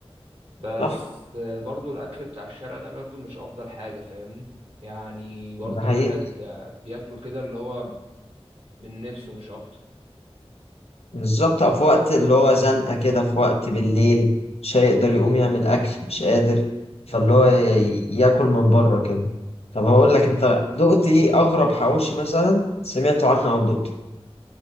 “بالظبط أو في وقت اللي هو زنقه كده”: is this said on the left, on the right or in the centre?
Left